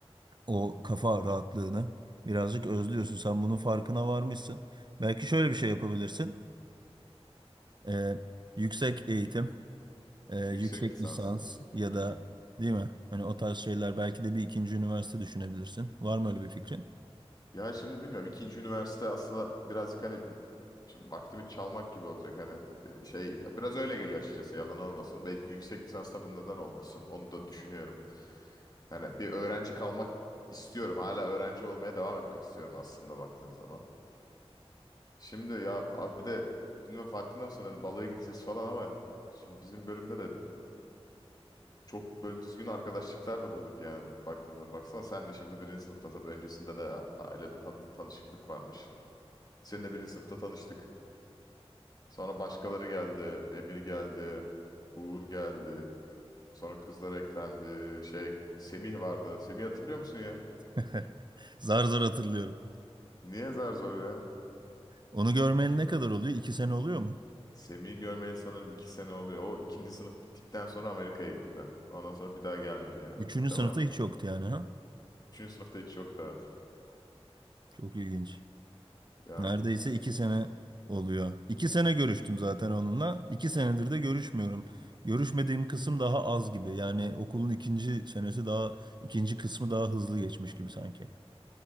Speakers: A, on the right; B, on the left.
A: o kafa rahatlığını birazcık özlüyorsun. Sen bunun farkına varmışsın. Belki şöyle bir şey yapabilirsin. E, yüksek eğitim, e, yüksek
B: Yüksek lisans
A: lisans
B: diyorsun.
A: ya
B: Hı
A: da
B: hı.
A: değil mi? Hani o tarz şeyler belki de bir ikinci üniversite düşünebilirsin. Var mı öyle bir fikrin?
B: Ya şimdi bilmiyorum ikinci üniversite aslında birazcık hani şimdi vaktimi çalmak gibi olacak hani e, şey ya biraz öyle geliyor açıkçası yalan olmasın. Belki yüksek lisans tabii neden olmasın onu da düşünüyorum. Yani bir öğrenci kalmak istiyorum hala öğrenci olmaya devam etmek istiyorum aslında baktığın zaman. Şimdi ya abi bir de bilmem farkında mısın hani baloya gideceğiz falan ama şimdi bizim bölümde de çok böyle düzgün arkadaşlıklar da bulduk yani baktığın zaman. Baksana senle şimdi birinci sınıfta tabii öncesinde de a- ailede tan- tanışıklık varmış. Seninle birinci sınıfta tanıştık. Sonra başkaları geldi. Emir geldi. Uğur geldi. Sonra kızlar eklendi. Şey Semih vardı. Semih hatırlıyor musun ya?
A: <laughs> Zar zar hatırlıyorum.
B: Niye zar zor ya?
A: Onu görmeyeli ne kadar oluyor? İki sene oluyor mu?
B: Semih'i görmeyeli sanırım iki sene oluyor. O ikinci sınıf bittikten sonra Amerika'ya gitti. Ondan sonra bir daha gelmedi ya.
A: Üçüncü
B: Değil
A: sınıfta
B: mi?
A: hiç yoktu yani ha?
B: Üçüncü sınıfta hiç yoktu evet.
A: Çok ilginç.
B: Ya
A: Neredeyse iki sene oluyor. İki sene görüştüm zaten onunla. İki senedir de görüşmüyorum. Görüşmediğim kısım daha az gibi. Yani okulun ikinci senesi daha, ikinci kısmı daha hızlı geçmiş gibi sanki.